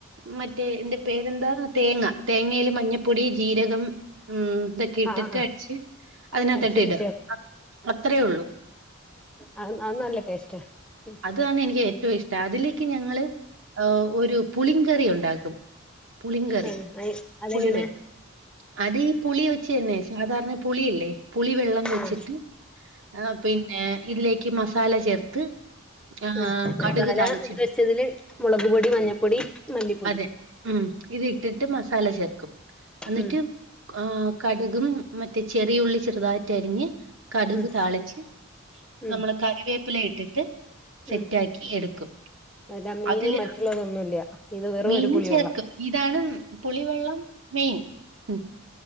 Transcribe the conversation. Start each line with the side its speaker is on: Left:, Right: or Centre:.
Right: മറ്റേ എന്റെ പേരെന്താ തേങ്ങ തേങ്ങേല് മഞ്ഞപ്പൊടി ജീരകം ഉം ഇതൊക്കെ ഇട്ടിട്ട്
Centre: ആഹ് ആഹ്
Right: അടിച്ച് അതിനകത്തിട്ട്
Centre: അടിച്ചിട്ട്
Right: ഇട അത്രേ ഒള്ളൂ
Centre: അ അത് നല്ല ടേസ്റ്റാ ഉം
Right: താണ് എനിക്ക് ഏറ്റവും ഇഷ്ടം അതിലേക്ക് ഞങ്ങള് ഒരു പുളിങ്കറി ഉണ്ടാക്കും പുളിങ്കറി
Centre: ആഹ് അയ് അതെങ്ങനെ
Right: പുളി വരുന്ന അതീ പുളി വെച്ച് തന്നെ സാധാരണ പുളിയില്ലേ പുളിവെള്ളം വെച്ചിട്ട്
Centre: ആഹ്
Right: ആഹ് പിന്നെ ഇതിലേക്ക് മസാല ചേർത്ത് ആഹ്
Centre: ഉം
Right: കടുക്
Centre: മസാല
Right: താളിച്ചിടും
Centre: എന്ത വെച്ചതില് മുളക് പൊടി മഞ്ഞപ്പൊടി മല്ലിപ്പൊടി
Right: അതെ ഉം ഇതിട്ടിട്ട് മസാല ചേർക്കും അന്നിട്ട്
Centre: ഉം
Right: ആഹ് കടുകും മറ്റേ ചെറിയുള്ളി ചെറുതായിട്ട് അരിഞ്ഞ് കടുക്
Centre: ഉം
Right: താളിച്ച്
Centre: ഉം
Right: നമ്മളെ കറിവേപ്പില ഇട്ടിട്ട് സെറ്റാക്കി
Centre: ഉം
Right: എടുക്കും
Centre: അല്ല മീനും
Right: അതില്
Centre: മറ്റുള്ളതൊന്നുല്ല ഇത് വെറും
Right: മീനും
Centre: ഒരു പുളി
Right: ചേർക്കും
Centre: വെള്ളം
Right: ഇതാണ് പുളിവെള്ളം മീൻ ഉം